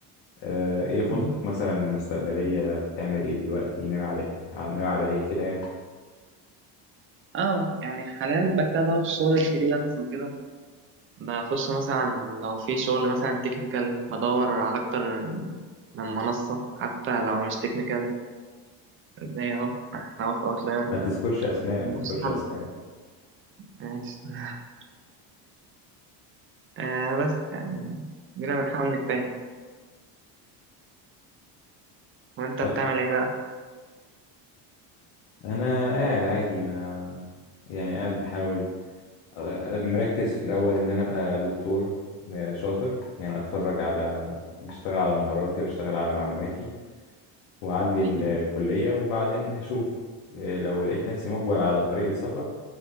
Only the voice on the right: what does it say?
مم.
اه يعني حاليا بكتبها في شغل الفريلانس وكده بخش مثلا لو في شغل مثلا تكنيكال بدور على اكتر من منصة حتى لو مش تكنيكال زي اهو احنا أهو في اوتلاير
من
من
نفس حل
ماشي <laughs> آه بس يعني جينا بنحاول نجتهد وانت
بتعمل ايه بقى؟
أكيد.